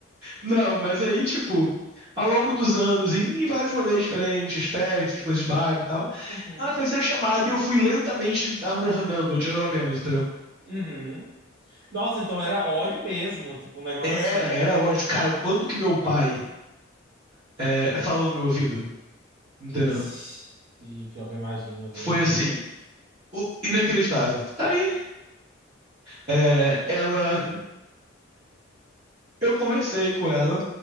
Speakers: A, on the right; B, on the right.
A: Não, mas aí, tipo, ao longo dos anos, em, em vários rolês diferentes, festas, coisas de bar e tal,
B: Uhum.
A: ela foi sendo chamada e eu fui lentamente amornando, odiando ela menos, entendeu?
B: Uhum. Nossa, então era ódio mesmo, tipo um negócio
A: Era,
B: assim.
A: era ódio. Cara, o quanto que meu pai é, falou no meu ouvido, entendeu?
B: Ixi, pior que eu imagino, viu?
A: Foi assim, o- inacreditável. Tá Aí, é, ela, eu conversei com ela.